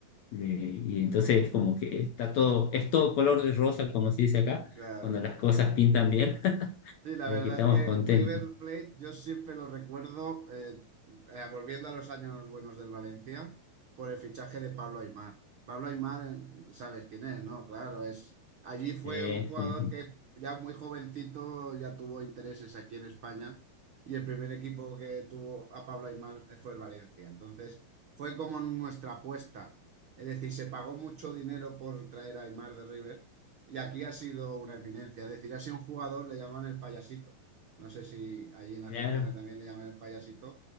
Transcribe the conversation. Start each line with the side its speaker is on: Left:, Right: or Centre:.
Left: le- y entonces como que está todo, es todo color de rosa, como se dice acá,
Right: claro.
Left: cuando las cosas pintan bien, <laughs>
Right: Sí, la
Left: así
Right: verdad
Left: que estamos
Right: es que
Left: contentos.
Right: River Plate yo siempre lo recuerdo, eh, eh, volviendo a los años buenos del Valencia, por el fichaje de Pablo Aimar. Pablo Aimar, eh, sabes quién es, ¿no? Claro, es allí fue
Left: Sí,
Right: un jugador
Left: sí, sí.
Right: que ya muy jovencito ya tuvo intereses aquí en España y el primer equipo que tuvo a Pablo Aimar fue el Valencia. Entonces, fue como nuestra apuesta. Es decir, se pagó mucho dinero por traer a Aimar de River Y aquí ha sido una eminencia, es decir, ha sido un jugador, le llaman el payasito. No sé si allí en Argentina
Left: Claro.
Right: también le llaman el payasito.